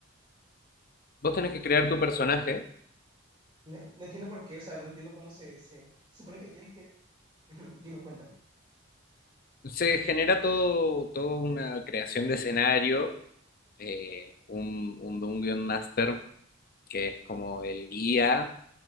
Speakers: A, on the left; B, on the right.
A: Vos tenés que crear tu personaje.
B: No, no entiendo por qué, o sea, no entiendo cómo se, se, se supone que tienes que... Ujú, dime, cuéntame.
A: Se genera todo, toda una creación de escenario, eh, un, un, un guion master que es como el guía